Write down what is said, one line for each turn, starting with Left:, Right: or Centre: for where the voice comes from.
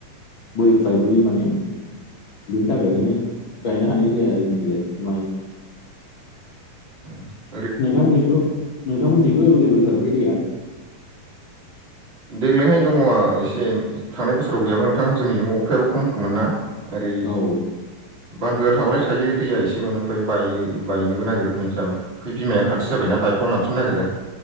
Left: बोख्लायबोयो माने। बेनि थाखायनो गायनो हानाय जाया जोंनिथिंजाय माय
Right: ओम
Left: नोंथांमोनिथ' नोंथांमोनिथिंथ' एभेलेबेलथार बे दैया?
Right: देग्लायहायनो दङ एसे थांनाय बोसोराव गैयामोन नोंथां जोंनिजोंबो अखायाबो खमखामोन ना। ओरै
Left: औ।
Right: बान्दोआ थाबालाय थायो दैया एसे मोनो ओमफाय बायो बायनोबो नागिरो हनै जाम फै बिमाया खाथि जाबायना बाय फ्लं लांफिनो नागिरो।